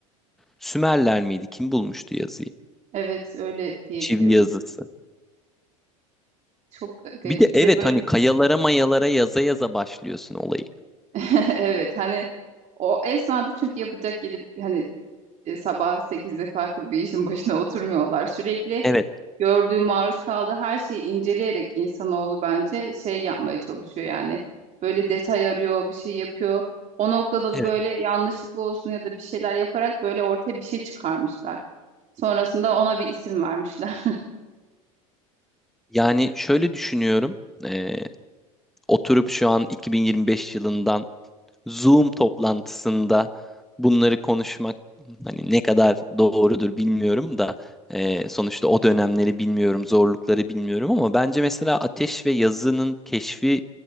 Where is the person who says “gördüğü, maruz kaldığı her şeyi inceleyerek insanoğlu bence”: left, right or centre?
Right